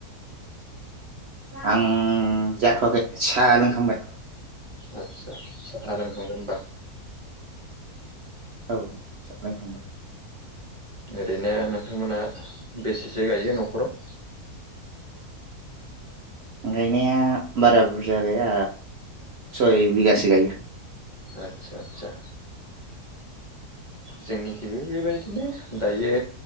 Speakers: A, on the right; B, on the right.
A: आं जाथ'वाखै सा लोंखांबाय।
B: आतसा साहा लोंखांबाय होमबा?
A: औ सा लोंखांबाय।
B: ओरैनो नोंथां मोना बेसेसो गायो न'खराव?
A: गायनाया बारा बुरजा गैया सय बिगासो गायो।
B: आदसा आदसा जोंनिखैबो बेबायदिनो दायो